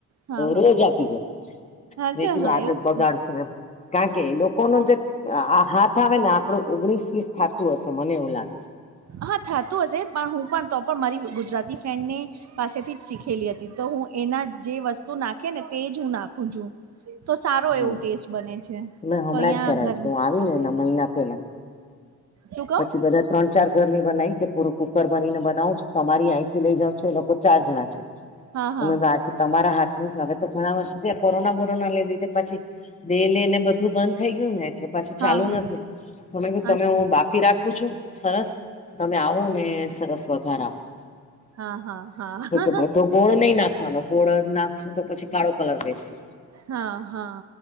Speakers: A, on the right; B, on the left.
A: હા
B: તો
A: હા
B: રોજ આપી જ
A: અચ્છા
B: મે કીધું
A: હા
B: આદત
A: એવું છે
B: બગાડશ કારણ કે લોકોનું જે હાથ આવે ને આપડું ઓગણીસ વીસ થતું હશે મને એવું લાગે છે
A: હા થતું હશે પણ હું પણ તો પણ મારી ગુજરાતી ફ્રેન્ડ ને પાસેથી જ શીખેલી હતી તો હું એના જે વસ્તુ નાખે ને તે જ હું નાખું છું તો સારો
B: હમ
A: એવું ટેસ્ટ બને છે
B: મેં હમણાં
A: તો અહિયાં
B: જ કરાવી
A: આગર
B: હતી હું આવી મહિના પેલા
A: શું કહો
B: પછી બધા ત્રણ ચાર ઘરની બનાવી કે પૂરું કુકર બનીને બનાવું છ તમારી અહીંથી લઈ જાવ છો એ લોકો ચાર જણા છે
A: હા
B: તમે
A: હા
B: આથી તમારા હાથ હવે તો ઘણા વર્ષથી કોરોના બોરોના લેધી પછી બેે લઈ ને બધું બંધ થઈ ગયું ને એટલે પછી ચાલુ
A: હા હા
B: નથી તમે
A: અચ્છા
B: હું બાફી રાખું છું સરસ તમે આવો ને સરસ વઘાર આપો
A: હા હા હા
B: તો બધો ગોળ નહી નાખવાનો ગોળ નાખશું તો પછી કાળો કલર બેસશે
A: હા હા